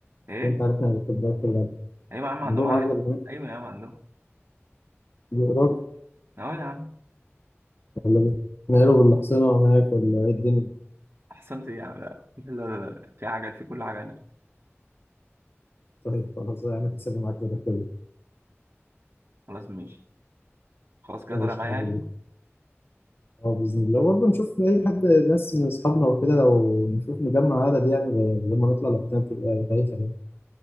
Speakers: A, on the right (about 55°); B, on the left (about 50°).
A: ايه
B: مش أنت عارف إحنا هناخد بالك ولا
A: ايوه يا عم عندهم
B: عندهم
A: عجل
B: عجل هناك
A: ايوه يا عم عندهم
B: بيقرب
A: اهو يا عم
B: ولا بيتنقلوا بالحصينة هناك ولا إيه الدنيا
A: احسنت إيه يا عم لا لا لا لا في عجل في كل حاجه هناك
B: طيب خلاص هعمل حسابي معاك كده كده
A: خلاص ماشي خلاص كده
B: ماشي
A: طالع معايا
B: يا حبيبي.
A: يعني
B: اه باذن الله برضه نشوف اي حد ناس من اصحابنا وكده لو نشوف نجمع عدد يعني ب- لما نطلع لوحدنا تبقى بايخه يعني ان